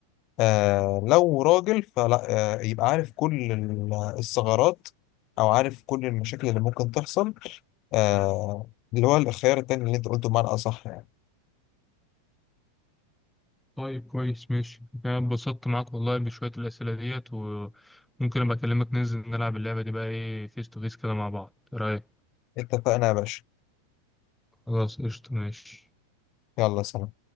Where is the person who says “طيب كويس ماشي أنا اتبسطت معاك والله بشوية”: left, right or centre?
Centre